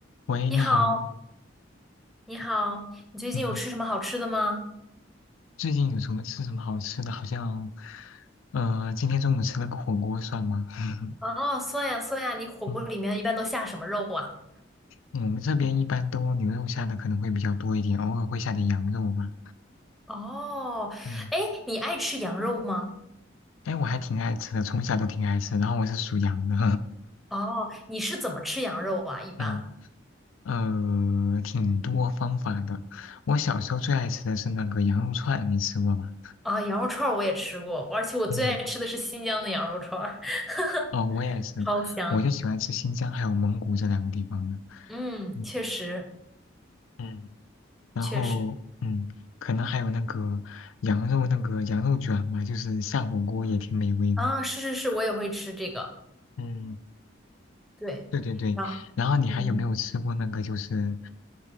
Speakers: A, on the left; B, in the centre.
A: 喂，
B: 你好，
A: 你好，
B: 你好，你最近有吃什么好吃的吗？
A: 嗯嗯，最近有什么吃什么好吃的？好像，呃，今天中午吃了个火锅，算吗？<laughs>
B: 哦，酸呀酸呀，你火锅里面一般都下什么肉啊？
A: 嗯，我们这边一般都牛肉下的可能会比较多一点，偶尔会下点羊肉吧。
B: 哦，
A: 嗯，
B: 哎，你爱吃羊肉吗？
A: 哎，我还挺爱吃的，从小都挺爱吃。然后我是属羊的，
B: 哦，你是怎么吃羊肉啊？
A: <laughs>
B: 一般
A: 嗯呃，挺多方法的。我小时候最爱吃的是那个羊肉串，你吃过吧？
B: 啊，羊肉串儿我也吃过，而且我最爱吃的是新疆的羊肉串儿，
A: 嗯，哦，我也是，
B: <laughs> 超香。
A: 我就喜欢吃新疆还有蒙古这两个地方的。
B: 嗯，
A: 嗯
B: 确实
A: 嗯。然后嗯，
B: 确实
A: 可能还有那个羊肉那个羊肉卷嘛，就是下火锅也挺美味的。
B: 啊，是是是，我也会吃这个。
A: 嗯，
B: 对，
A: 对对对，
B: 啊，
A: 然后你还有没有吃过那个就是
B: 嗯